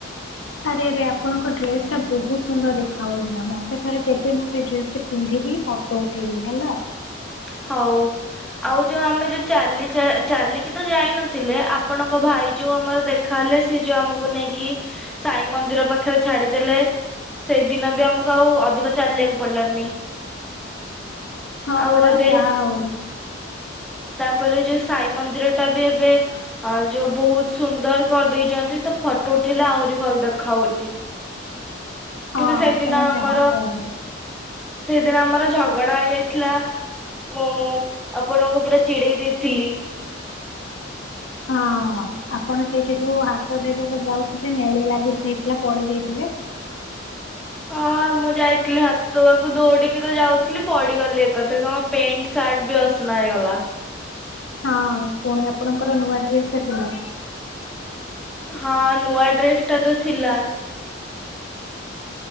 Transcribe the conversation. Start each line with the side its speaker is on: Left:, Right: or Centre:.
Left: ଆରେ ଆରେ ଆପଣଙ୍କ ଡ୍ରେସ ଟା ବହୁତ ସୁନ୍ଦର ଦେଖାଯାଉଥିଲା ମତେ ଥରେବେ ମୁଁ ସେ ଡ୍ରେସ ପିନ୍ଧିବି ଫଟୋ ଉଠେଇବି ହେଲା।
Centre: ହଉ ଆଉ ଯୋଉ ଆମେ ଯୋଉ ଚାଲି ଚାଲିକି ତ ଯାଇନଥିଲେ ଆପଣଙ୍କ ଭାଇ ଯୋଉ ଆମର ଦେଖାହଲେ ସି ଯୋଉ ଆମକୁ ନେଇକି ସାଇ ମନ୍ଦିର ପାଖରେ ଛାଡିଦେଲେ ସେଇଦିନ ବି ଆମକୁ ଆଉ ଅଧିକ ଚାଲିବାକୁ ପଡିଲାନି।
Left: ହଁ
Centre: ଆଉ
Left: ପରା।
Centre: ଏବେ
Left: ଚାହା ହଉ।
Centre: ତାପରେ ଯୋଉ ସାଇ ମନ୍ଦିର ଟା ବି ଏବେ ଯୋଉ ବହୁତ ସୁନ୍ଦର କରିଦେଇଛନ୍ତି ତ ଫଟୋ ଉଠେଇଲେ ଆହୁରି ଭଲ ଦେଖ ହାଉଛି। କିନ୍ତୁ
Left: ହଁ
Centre: ସେଇଦିନ
Left: ଆପଣ
Centre: ଆମର
Left: ଯାହା କହିଲେ।
Centre: ସେଇଦିନ ଆମର ଝଗ ଗଡା ହେଇଯାଇଥିଲା ମୁଁ ଆପଣଙ୍କୁ ପୁରା ଚିଡେଇ ଦେଇଥିଲି।
Left: ହଁ ଆପଣ ସେଇଠି ଯୋଉ ହାତ ଧୋଇବାକୁ ଯାଉଥିଲେ ନେଳି ଲାଗି ଯାଇଥିଲା ପଡି ଯାଇଥିଲେ।
Centre: ହଁ ମୁଁ ଯାଇଥିଲି ହାତ ପାଖ ଦୌଡିକି ତ ଯାଉଥିଲି ପଡିଗଲି ଏକାଥରେ ମୋ ପ୍ୟାଣ୍ଟ ସାର୍ଟ ବି ଅସନା ହେଇଗଲା।
Left: ହଁ ପୁଣି ଆପଣଙ୍କର ନୂଆ ଡ୍ରେସ ଟା ଥିଲା।
Centre: ହଁ ନୂଆ ଡ୍ରେସ ଟା ତ ଥିଲା।